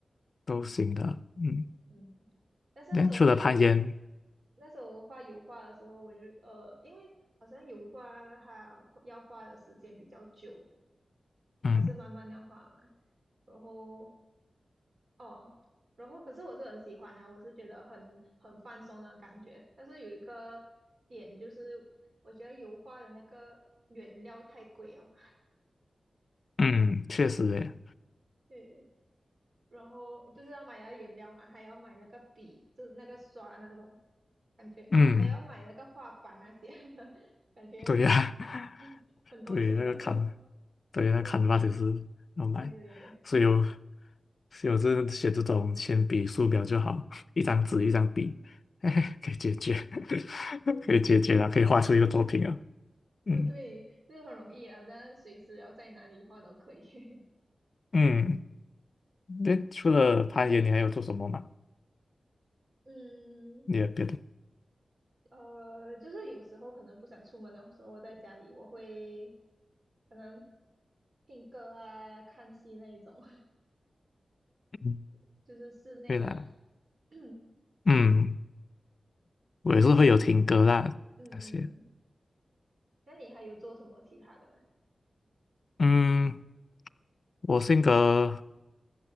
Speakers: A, on the left (about 60°); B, on the right (about 55°).
A: 都行的，嗯，
B: 嗯，但是那时候画有。
A: 那除了攀岩，
B: 那时候画油画的时候，我就呃，因为好像油画它要画的时间比较久，
A: 嗯
B: 它是慢慢那样画嘛。然后哦，然后可是我是很喜欢的，我是觉得很很放松的感觉。但是有一个点就是，我觉得油画的那个原料太贵哦，
A: 嗯，确实诶，
B: 对，然后就是要买那个原料嘛，还要买那个笔，就是那个刷那种感觉哦，
A: 嗯，
B: 还要买那个画板那些，<laughs> 感觉
A: 对呀、
B: 嗯很多钱哦。
A: 对，那个砍，对，那砍
B: 对
A: a n 也是要买，
B: 对对对，
A: 所以有，所以我是写这种铅笔、素描就好，<laughs> 一张纸一张笔，<laughs> 嘿嘿，可以解决，<laughs> 可以解决了，可以画出一个作品了。嗯
B: 呃，对，这个很容易啊，但是随时要在哪里画都可以。<laughs>
A: 嗯，那除了攀岩，你还有做什么吗？
B: 嗯，
A: 你有别的？
B: 呃，就是有时候可能不想出门的时候，在家里我会可能听歌啊、看戏那一种，
A: 嗯
B: <laughs> 就是室内啊啦。
A: 对啦，
B: <coughs> <clears throat>
A: 嗯，我也是会有听歌啦那些。
B: 诶，这样嗯嗯，那你还有做什么其他的吗？
A: 嗯，我性格。